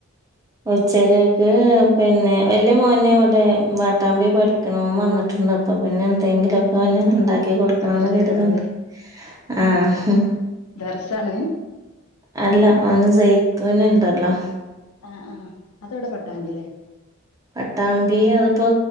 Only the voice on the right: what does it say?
ഉച്ചക്കക്ക് പിന്നെ വല്യ മോന് ഇവിടെ പട്ടാമ്പി പഠിക്കണെന്ന് ഓം വന്നിട്ടുണ്ട് അപ്പൾ പിന്നെ എന്തെങ്കിലും അവന്ന് ഉണ്ടാക്കി കൊടുക്കണംന്ന്
കരുത്ണ്ട്
ആഹ്
അല്ല ഓന് സൈത്തൂൻ ഇണ്ടല്ലോ
പട്ടാമ്പി അതിപ്പോ